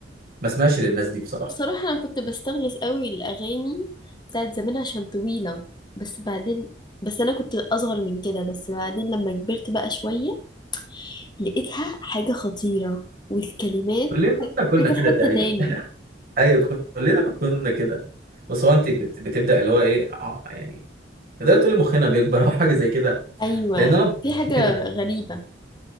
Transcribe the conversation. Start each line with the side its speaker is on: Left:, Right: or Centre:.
Right: ما سمعش للناس دي بصراحة
Left: بصراحة أنا كنت بستغلس قوي الأغاني بتاعت زمان عشان طويلة بس بعدين بس أنا كنت أصغر من كده بس بعدين لما كبرت بقى شوية لقيتها حاجة خطيرة والكلمات
Right: كلنا
Left: حاجة
Right: كنا كده
Left: في حتة
Right: تقريبا
Left: تاني
Right: <laughs> أيوة كلنا كنا كده بس هو أنت بت... بتبدأ اللي هو إيه ع- يعني تقدري تقولي مخنا بيكبر أو حاجة زي كده
Left: أيوة
Right: لان انا
Left: في حاجة
Right: كده
Left: غريبة